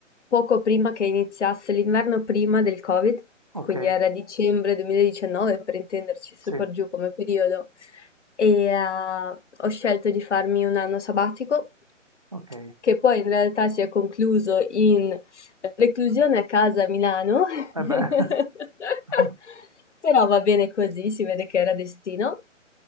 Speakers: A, on the left; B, on the right.
A: poco prima che iniziasse l'inverno prima del Covid,
B: ok,
A: quindi era dicembre 2019 per intenderci, super
B: sì,
A: giù come periodo e ah, ho scelto di farmi un anno sabbatico
B: ok.
A: che poi in realtà si è concluso in reclusione a casa a Milano, <laughs>
B: E beh, <laughs>
A: però va bene così, si vede che era destino.